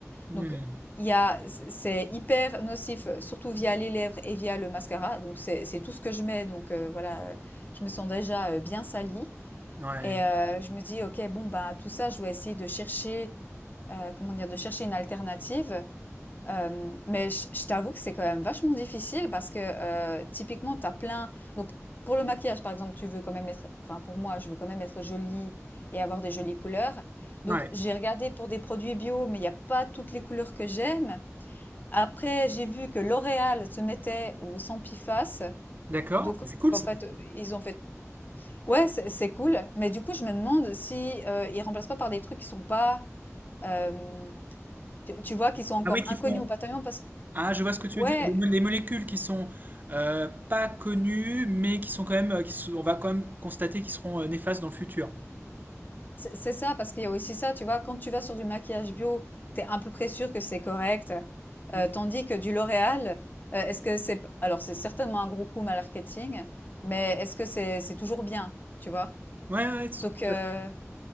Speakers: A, on the right (about 35°); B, on the left (about 35°).
A: hmm.
B: donc, il y a c'est hyper nocif, euh, surtout via les lèvres et via le mascara. Donc, c'est c'est tout ce que je mets. Donc, heu, voilà, heu, je me sens déjà, heu, bien salie
A: Ouais,
B: et heu, je me dis: «OK, bon, bah, tout ça, je dois essayer de chercher, heu, comment dire? De chercher une alternative». Hem, mais je je t'avoue que c'est quand même vachement difficile parce que, heu, typiquement, t'as plein donc pour le maquillage, par exemple, tu veux quand même être enfin, pour moi, je veux quand même être jolie et avoir des jolies couleurs. Donc,
A: ouais.
B: j'ai regardé pour des produits bio, mais il y a pas toutes les couleurs que j'aime. Après, j'ai vu que L'Oréal se mettait au Sampiface.
A: D'accord,
B: Donc,
A: c'est c'est cool
B: en
A: ça.
B: fait, heu, ils ont fait ouais, c'est c'est cool, mais du coup, je me demande si, heu, ils remplacent pas par des trucs qui sont pas, hem, tu tu vois, qui sont encore
A: Ah oui, qui
B: inconnus
A: font.
B: au bataillon parce que,
A: Ah, je vois ce que tu
B: ouais,
A: veux dire. Des mo- des molécules qui sont euh, pas connues, mais qui sont quand même, euh, qui sont- on va quand même constater qu'ils seront euh, néfastes dans le futur.
B: c'est c'est ça, parce qu'il y a aussi ça, tu vois? Quand tu vas sur du maquillage bio, t'es es à peu près sûr que c'est correct,
A: Hmm.
B: heu, tandis que du L'Oréal, heu, est-ce que c'est p alors c'est certainement un gros coup marketing, mais est-ce que c'est c'est toujours bien, tu vois?
A: Ouais, ouais. tout
B: Donc, heu
A: à fait.